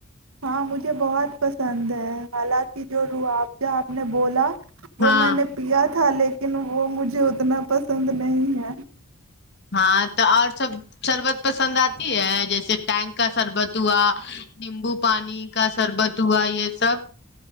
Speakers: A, on the right; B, on the left.
A: ہاں مجھے بہت پسند ہے حالانکہ جو روحاب ج آپ نے بولا وہ
B: ہاں
A: میں نے پیا تھا لیکن وہ مجھے اتنا پسند نہیں ہے
B: ہاں تو اور سب شربت پسند آتی ہے جیسے ٹینک کا شربت ہوا نیمبو پانی کا شربت ہوا یہ سب